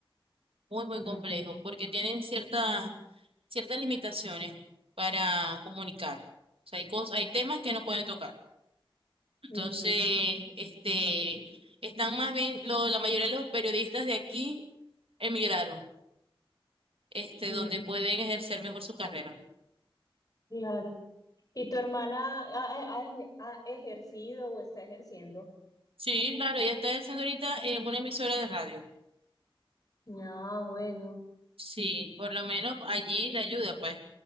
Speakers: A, on the right; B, on the left.
A: muy, muy
B: Ujú,
A: complejo, porque tienen ciertas, ciertas limitaciones para comunicar. O sea, hay cosas, hay temas que no pueden tocar. Entonces,
B: ujú,
A: este, están más bien, lo- la mayoría de los periodistas de aquí emigraron este,
B: ujú,
A: donde pueden ejercer mejor su carrera.
B: claro. ¿Y tu hermana ha, ha- ha- ha ejercido o está ejerciendo?
A: Sí, claro, ella está ejerciendo ahorita en una emisora de radio.
B: Ah, bueno.
A: Sí, por lo menos allí le ayuda, pues,